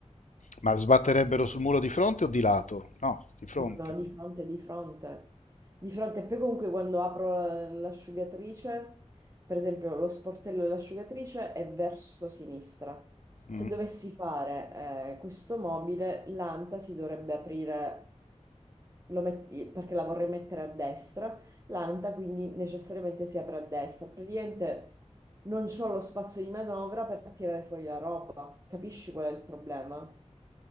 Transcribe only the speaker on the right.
No, no, di fronte, di fronte, di fronte. E poi comunque quando apro la- l'asciugatrice, per esempio lo sportello dell'asciugatrice è verso sinistra. Se
dovessi fare eh, questo mobile, l'anta si dovrebbe aprire, lo met- perché la vorrei mettere a destra, l'anta quindi necessariamente si apre a destra. Praticamente non ho lo spazio di manovra per tirare fuori la roba. Capisci qual è il problema?